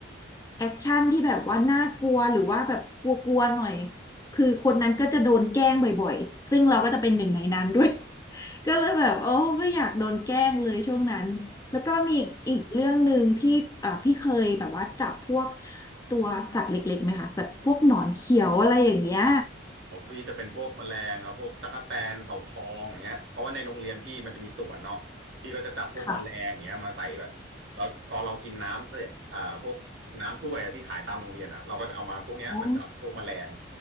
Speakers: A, on the left; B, on the right.
A: แอคชั่นที่แบบว่าน่ากลัวหรือว่าแบบกลัวๆหน่อยคือคนนั้นก็จะโดนแกล้งบ่อยๆซึ่งเราก็จะเป็นหนึ่งในนั้นด้วย <laughs> ก็เลยแบบโอ้ไม่อยากโดนแกล้งเลยช่วงนั้นแล้วก็มีอีกเรื่องหนึ่งที่เอ่อพี่เคยแบบว่าจับพวกตัวสัตว์เล็กๆไหมคะแบบพวกหนอนเขียวอะไรอย่างเงี้ย
B: ของพี่จะเป็นพวกแมลงครับพวกตั๊กแตนเต่าทองอย่างเงี้ยเพราะว่าในโรงเรียนพี่มันจะมีสวนเนาะพี่ก็จะจับพวกแมลงอย่างเงี้ยมาใส่แบบแล้วพอเรากินน้ำเสร็จอ่าพวกน้ำถ้วยอะที่ขายตามโรงเรียนอ่ะเราก็จะเอามาพวกเนี้ยมาจับพวกแมลง
A: ค่ะ อ๋อ